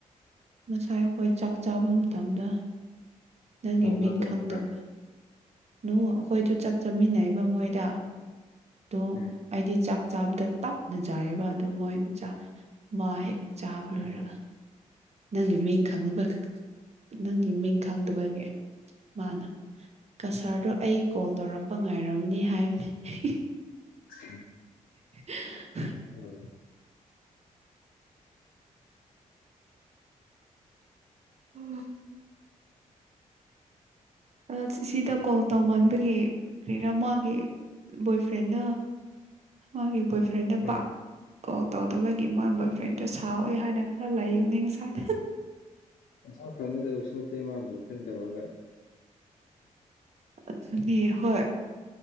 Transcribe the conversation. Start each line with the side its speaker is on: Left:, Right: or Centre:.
Right: ꯉꯁꯥꯏ ꯑꯩꯈꯣꯏ ꯆꯥꯛ ꯆꯥꯕ ꯃꯇꯝꯗ ꯅꯪꯒꯤ
Left: ꯑꯣ
Right: ꯃꯤꯡ
Left: ꯃꯥ ꯇꯧꯔꯛꯄ꯭ꯔꯥ
Right: ꯈꯪꯗꯕ ꯅꯣ ꯑꯩꯈꯣꯏꯁꯨ ꯆꯥꯛ ꯆꯥꯃꯤꯟꯅꯩꯕ ꯃꯣꯏꯗ ꯑꯗꯨ
Left: ꯎꯝ
Right: ꯑꯩꯗꯤ ꯆꯥꯛ ꯆꯥꯕꯗ ꯇꯞꯅ ꯆꯥꯏꯑꯕ ꯑꯗꯨ ꯃꯣꯏꯅ ꯆꯥ ꯃꯥ ꯍꯦꯛ ꯆꯥꯕ ꯂꯣꯏꯔꯒ
Left: ꯎꯝ
Right: ꯅꯪꯒꯤ ꯃꯤꯡ ꯈꯪꯅꯕ ꯅꯪꯒꯤ ꯃꯤꯡ ꯈꯪꯗꯕꯒꯤ ꯃꯥꯅ ꯀꯁꯔꯗꯣ ꯑꯩ ꯀꯣꯜ ꯇꯧꯔꯛꯄ ꯉꯥꯏꯔꯕꯅꯤ ꯍꯥꯏꯕꯅꯤ
Left: <unintelligible>
Right: <unintelligible>
Left: <unintelligible>
Right: ꯎꯝ ꯑꯁ ꯁꯤꯗ ꯀꯣꯜ ꯇꯧꯃꯟꯕꯒꯤ ꯀꯔꯤꯔꯥ ꯃꯒꯤ ꯕꯣꯏꯐ꯭ꯔꯦꯟꯗꯣ ꯃꯥꯒꯤ ꯕꯣꯏꯐ꯭ꯔꯦꯟꯗ
Left: ꯎꯝ
Right: ꯄꯥꯛ ꯀꯣꯜ ꯇꯧꯗꯕꯒꯤ ꯃꯣꯏ ꯕꯣꯏ ꯐ꯭ꯔꯦꯟꯗꯣ ꯁꯥꯎꯏ ꯍꯥꯏꯅ ꯈꯔ ꯂꯩꯕꯅꯤ ꯉꯁꯥꯏ
Left: ꯄꯩꯁꯥ ꯐꯪꯒꯗꯕꯁꯨ ꯅꯠꯇꯦ ꯃꯥ ꯕꯣꯏ ꯐ꯭ꯔꯦꯟ ꯇꯧꯔꯒ
Right: ꯑꯗꯨꯅꯤ ꯍꯣꯏ